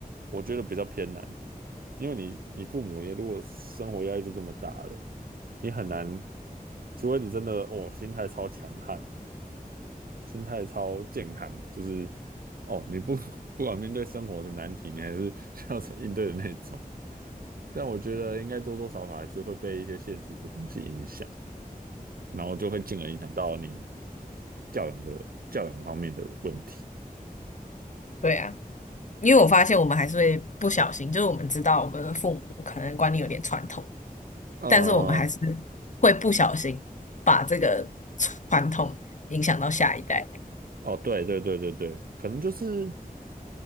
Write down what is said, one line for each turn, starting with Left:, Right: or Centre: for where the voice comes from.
Right: 我觉得比较偏难，因为你你父母也如果生活压力就这么大了，你很难，除非你真的哦心态超强悍，心态超健康，就是哦，你不 <laughs> 不管面对生活的难题，你还是 <laughs> 需要应对的那种。但我觉得应该多多少少还是会被一些现实的东西影响，然后就会进而影响到你教养的教养方面的问题。
Left: 对啊，因为我发现我们还是会不小心，就是我们知道我们的父母可能观念有点传统，
Right: 呃，
Left: 但是我们还是会不小心把这个传统影响到下一代。
Right: 哦，对对对对对，可能就是